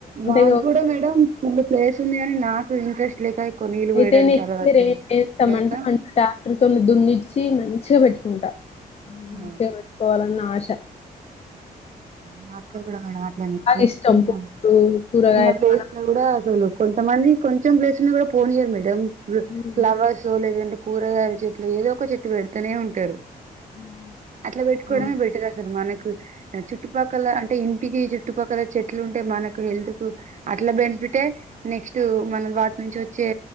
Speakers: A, on the right (about 50°); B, on the left (about 40°).
A: మాకు
B: ఇగ
A: కూడా మేడం ఫుల్ ప్లేస్ ఉంది కాని నాకు ఇంట్రెస్ట్ లేక ఎక్కువ నీళ్ళు
B: అయితే
A: పోయడానికి
B: నేస్తామంట
A: అలవాట్లేదు లేక
B: <unintelligible> మంచి ట్రాక్టర్తో దున్నిచ్చి మంచి మంచిగా పెట్టుకుంటా మంచిగా
A: ఆ!
B: పెట్టుకోవాలని ఆశ ట
A: మా అక్క కూడా మేడం అట్లనే
B: ఇష్టం
A: చిన్న
B: పువ్వులు, కూరగాయలు
A: చిన్న ప్లేస్
B: మనం
A: ను కూడా వదలదు కొంతమంది కొంచెం ప్లేసు ని కూడా పోనియ్యరు మేడం
B: హ్మ్.
A: ఫ్లవర్స్ లేదంటే కూరగాయల చెట్లు ఏదో ఒక చెట్టు పెడుతూనే ఉంటారు
B: హ్మ్.
A: అట్లా పెట్టుకోవడమే
B: అవును.
A: బెటర్ అసలు మనకి స <inaudible> చుట్టుపక్కల అంటే ఇంటికి చుట్టుపక్కల చెట్లు ఉంటే మనకు హెల్త్ కు అట్లా బెనిఫిటే నెక్స్ట్ మనం వాటి నుంచి వచ్చే